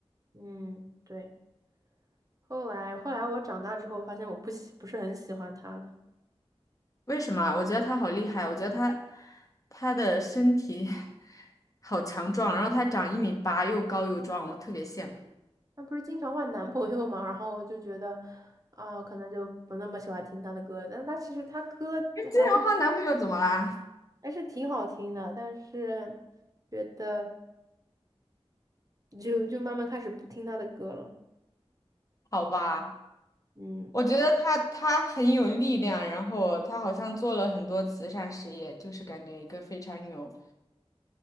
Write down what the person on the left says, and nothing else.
为什么啊我觉得他好厉害，我觉得他他的身体 <laughs> 好强壮，然后他长一米八，又高又壮，我特别羡慕。
哎，这样的话男朋友怎么啦？
<laughs> 好吧，
我觉得他他很有力量，然后他好像做了很多慈善事业，就是感觉一个非常有、